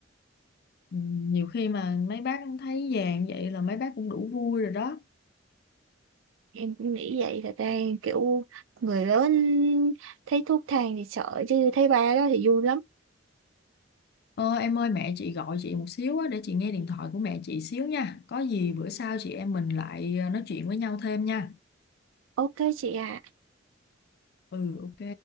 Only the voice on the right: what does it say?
em cũng nghĩ vậy thật ra kiểu người lớn thấy thuốc thang thì sợ chứ thấy ba đó thì vui lắm
ok chị à